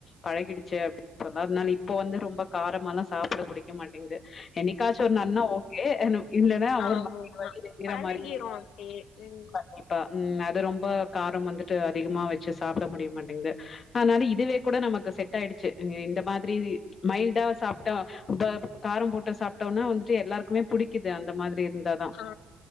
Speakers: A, on the left; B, on the left.
A: பழகிடுச்சு அப்டின்றமாரி அதனால இப்போ வந்து ரொம்ப காரமாலா சாப்பிட புடிக்க மாட்டேங்து என்னிக்காச்சு ஒரு நாள்லா ஓகே அ நம் இல்லனா
B: ஆமா
A: ஒரு மாரி
B: ஆமா
A: வயிறு எரிர
B: பழகிரும்
A: மாரி இருக்கு
B: அப்டியே ம்
A: கண்டிப் அ ம் அது ரொம்ப காரம் வந்துட்டு அதிகமா வெச்சு சாப்ட முடிய மாட்டேங்து அதனால இதுவே கூட நமக்கு செட் ஆயிடுச்சு இந்த மாதிரி மைல்டா சாப்பிட்டா த காரம் போட்டு சாப்ட்டோன்னா வந்துட்டு எல்லாருக்குமே புடிக்குது அந்த மாதிரி இருந்தாதா
B: ஆ